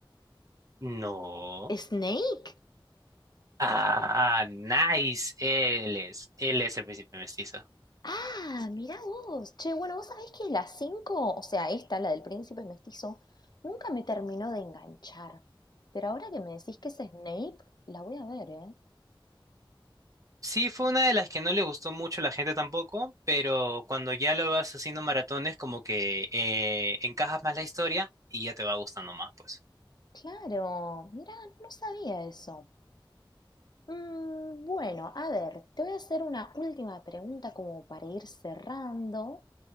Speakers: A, on the right; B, on the left.
A: No.
B: ¿Snake?
A: Ah, nice. Él es. Él es el príncipe mestizo.
B: Ah, mirá vos. Che, bueno, vos sabés que la 5, o sea, esta, la del príncipe mestizo, nunca me terminó de enganchar. Pero ahora que me decís que es Snape, la voy a ver, ¿eh?
A: Sí, fue una de las que no le gustó mucho a la gente tampoco, pero cuando ya lo vas haciendo maratones, como que eh, encajas más la historia y ya te va gustando más, pues.
B: Claro, mirá, no, no sabía eso. Mm, bueno, a ver, te voy a hacer una última pregunta como para ir cerrando.